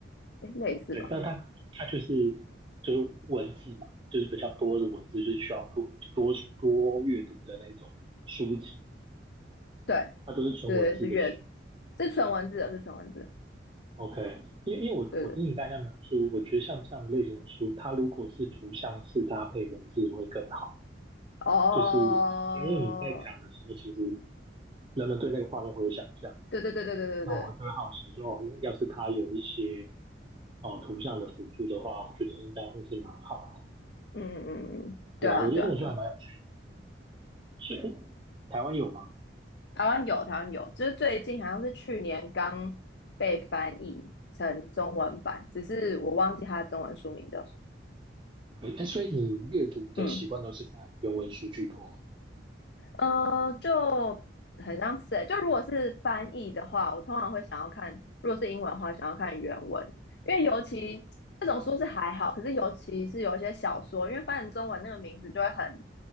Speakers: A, on the left; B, on the right.
A: 诶、类似吧？
B: 对？但它它就是就是文字嘛，就是比较多的文字，就是需要多多多阅读的那种书籍，
A: 对
B: 它都是纯文字的书。
A: 对，是阅，是纯文字的，是纯文字的，
B: OK，因为因为我我听你大家描述，
A: 对对，
B: 我觉得像这样的类型的书，它如果是图像式搭配文字会更好。
A: 哦，
B: 就是因为你在讲的时候，其实人们对那个画面会有想象，
A: 对对对对对对对，
B: 那我就会好奇说，哦，要是它有一些哦图像的辅助的话，我觉得应该会是蛮好的。
A: 嗯嗯嗯嗯，对啊对啊对啊
B: 对啊，我觉得这本书还蛮有趣的。所以诶台湾有吗？
A: 台湾有台湾有，就是最近好像是去年刚被翻译成中文版，只是我忘记它的中文书名叫什
B: 哎，所以你阅读的习惯都是看原文书居多吗
A: 么，嗯。呃，就很像是欸，就如果是翻译的话，我通常会想要看，如果是英文的话，想要看原文，因为尤其这种书是还好，可是尤其是有一些小说，因为翻成中文那个名字就会很